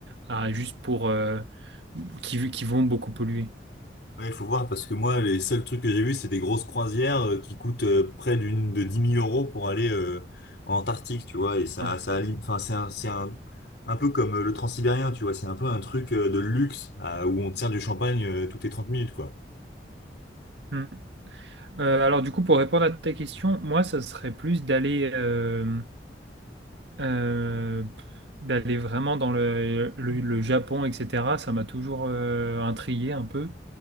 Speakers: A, on the right; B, on the left.
A: à, juste pour euh, qui, qui vont beaucoup polluer.
B: Ouais, il faut voir parce que moi, les seuls trucs que j'ai vus, c'est des grosses croisières euh, qui coûtent euh, près d'une de dix mille euros pour aller euh, en Antarctique, tu vois. Et ça,
A: Ouais.
B: ça, aligne- enfin, c'est un, c'est un, un peu comme euh, le Transsibérien, tu vois. C'est un peu un truc euh, de luxe euh, où on tient du champagne euh, toutes les 30 minutes, quoi.
A: Mm. Euh, alors, du coup, pour répondre à ta question, moi, ça serait plus d'aller euh, euh, d'aller vraiment dans le, le, le Japon, etc. Ça m'a toujours euh, intrigué un peu